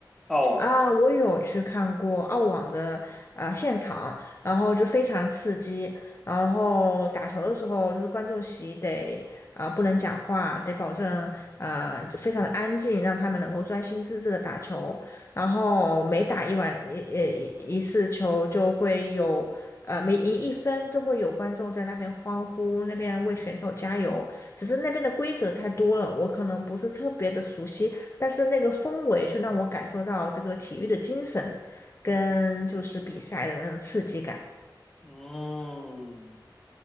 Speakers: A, in the centre; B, on the left.
A: 澳网，
B: 啊，我有去看过澳网的呃现场，然后就非常刺激。然后打球的时候，就是观众席得啊、呃不能讲话，得保证啊、就非常的安静，让他们能够专心致志的打球。然后每打一晚一一一一次球，就会有呃每赢一分都会有观众在那边欢呼，那边为选手加油。只是那边的规则太多了，我可能不是特别的熟悉。但是那个氛围却让我感受到这个体育的精神，跟就是比赛的那种刺激感。
A: 嗯嗯，